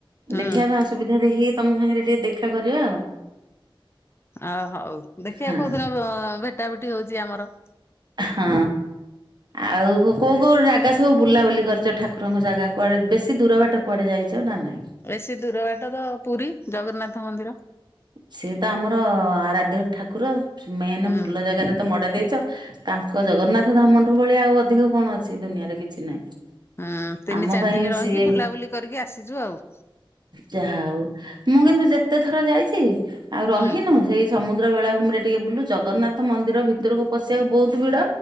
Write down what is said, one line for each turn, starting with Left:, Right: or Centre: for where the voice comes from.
Left: ହୁଁ।
Right: ଦେଖିବା ତ ଅସୁବିଧା ଦେଖି ତମ ସାଙ୍ଗରେ ଟିକେ ଦେଖା କରିବା ଆଉ
Left: ଅ ହଉ ଦେଖିବା
Right: ହଁ
Left: କୋଉଦିନ ଭେଟା ଭେଟି ହଉଛି ଆମର।
Right: ହଁ। ଆଉ କୋଉ କୋଉ ଜାଗା ସବୁ ବୁଲାବୁଲି କରିଛ ଠାକୁରଙ୍କ ଜାଗା କୁଆଡେ ବେଶୀ ଦୂର ବାଟ କୁଆଡେ ଯାଇଛ। ନା ନାଇଁ?
Left: ବେଶୀ ଦୂର ବାଟ ତ ପୁରୀ ଜଗନ୍ନାଥ ମନ୍ଦିର।
Right: ସେ ତ ଆମର ଆରାଧ୍ୟ ଠାକୁର ମେନ୍
Left: ହୁଁ।
Right: ଭଲ ଜାଗାରେ ତ ମଡା ଦେଇ ତାଙ୍କ ଜଗନ୍ନାଥ ଧାମଠୁ ଭଳି ଆଉ ଅଧିକ କଣ ଅଛି ଦୁନିଆରେ କିଛି ନାହିଁ।
Left: ହୁଁ ତିନି
Right: ଆମ
Left: ଚାରି
Right: ପାଇଁ
Left: ଦିନ ରହିକି
Right: ସିଏ
Left: ବୁଲାବୁଲି କରିକି ଆସିଛୁ ଆଉ।
Right: ଯାହା ହୋଉ ମୁଁ କିନ୍ତୁ ଯେତେ ଥର ଯାଇଛି। ଆଉ ରହିନୁ
Left: ହୁଁ
Right: ସେଇ ସମୁଦ୍ର ବେଳାମରେ ଟିକେ ବୁଲ ଜଗନ୍ନାଥ ମନ୍ଦିର ଭିତରକୁ ପଶିବାକୁ ବହୁତ ଭିଡ